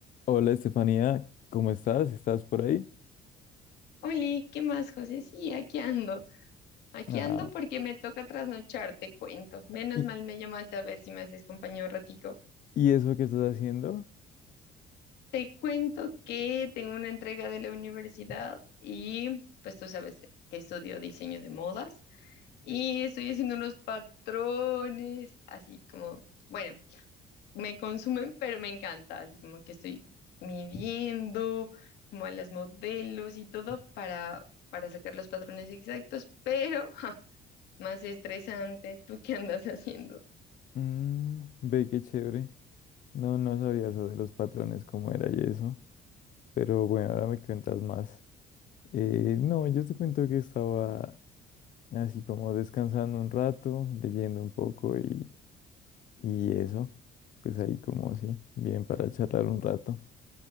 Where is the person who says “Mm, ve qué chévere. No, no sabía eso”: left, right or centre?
Left